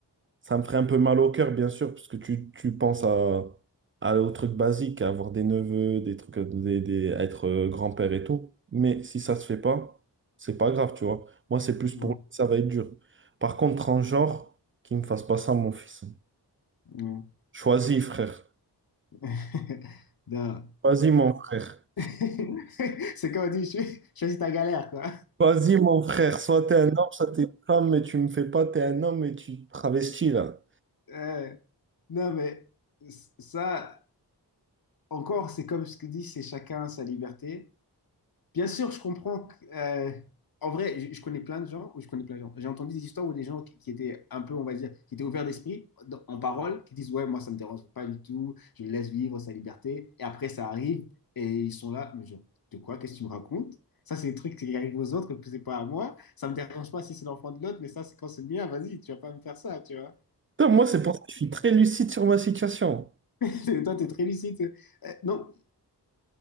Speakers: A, on the right (about 30°); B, on the left (about 55°).
A: ça me ferait un peu mal au cœur, bien sûr, parce que tu, tu penses à, à, aux trucs basiques, à avoir des neveux, des trucs, des, des- à être euh, grand-père et tout. Mais si ça se fait pas, c'est pas grave, tu vois. Moi, c'est plus pour
B: mm,
A: lui que ça va être dur. Par contre, en genre, qu'il me fasse pas ça, mon fils.
B: mm.
A: Choisis, frère.
B: <laughs> Non.
A: Choisis, mon frère.
B: <laughs> C'est comme on dit, <laughs> cho- choisis ta galère, quoi.
A: Choisis, mon frère. Soit t'es un homme, soit t'es une femme, mais tu me fais pas, t'es un homme et tu te travestis, là.
B: Euh, non, mais c- ça, encore, c'est comme ce que dit, c'est chacun sa liberté. Bien sûr, je comprends que, euh, en vrai, je, je connais plein de gens, ou je connais plein de gens, j'ai entendu des histoires où des gens qui, qui étaient un peu, on va dire, qui étaient ouverts d'esprit, dans- en parole, qui disent, ouais, moi, ça me dérange pas du tout, je le laisse vivre sa liberté. Et après, ça arrive, et ils sont là, mais genre, de quoi, qu'est-ce que tu me racontes? Ça, c'est des trucs qui arrivent aux autres, que c'est pas à moi. Ça me dérange pas si c'est l'enfant de l'autre, mais ça, c'est quand c'est le mien, vas-y, tu vas pas me faire ça, tu vois.
A: Putain, moi, c'est pour ça que je suis très lucide sur ma situation.
B: <laughs> Toi, t'es très lucide. Euh, non,